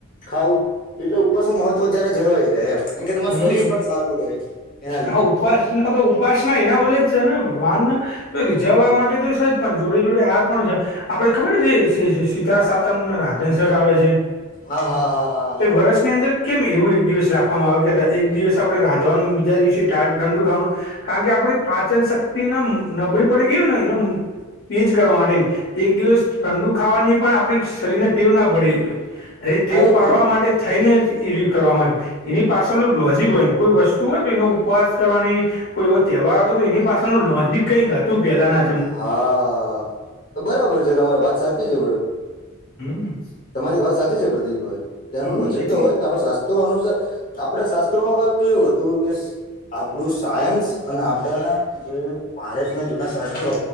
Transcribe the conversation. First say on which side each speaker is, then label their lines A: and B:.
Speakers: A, on the left; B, on the left.
A: ખાવું, એટલે ઉપવાસ નું મહત્વ જયારે જરવાય રહે એમ. કે તમાર
B: હમ
A: શરીર પણ સારું રહે એના લીધે.
B: હા ઉપાસના તો ઉપાસના એ ના ઓલે જ છેના ભગવાનના તો રીઝવવા માટે તો છે જ પણ જોડે જોડે આ પણ છે. આપડે ખબર છે શીતળા સાતમ રાધન શટ આવે છે?
A: હા હા હા હા. હા
B: તો વર્ષની
A: હા
B: અંદર કેમ એવું એક દિવસ રાખવામાં આવે? એક દિવસ આપડે રાંધવાનું બીજા દિવસે ઠંડુ ખાવાનું. કારણ કે આપડી પાચન શક્તિને નબળી પડી ગયું ને એનામ તેજ કરવા માટે, એક દિવસ ઠંડુ ખાવાની પણ આપડી શરીર ને તેવ ના પડેલી હોય. રે
A: હા
B: તેવ
A: એજ
B: પાડવા
A: ને
B: માટે થઈને એ કરવામાં આવ્યું, એની પાછળનું લોજીિક હોય એમ કોઈ વસ્તુ હોય તો એનો ઉપવાસ કરવાની કોઈ એવો તહેવાર આવ હતો તો એની પાસળનુ લોજીિક કઈ તું પહેલાના
A: હા, બરાબર છે તમારે વાત સાચી છે.
B: હમ.
A: તમારી વાત સાચી છે પ્રદીકભાઈ,
B: હમ
A: કે એનું લોજિક
B: એટલે
A: તો હોય ને આપડે શાસ્ત્રો અનુસાર આપડે શસ્ કેવું હતું કેસ આપણું સાયન્સ અને આપડાના જે ભારતના જૂના શાસ્ત્રો.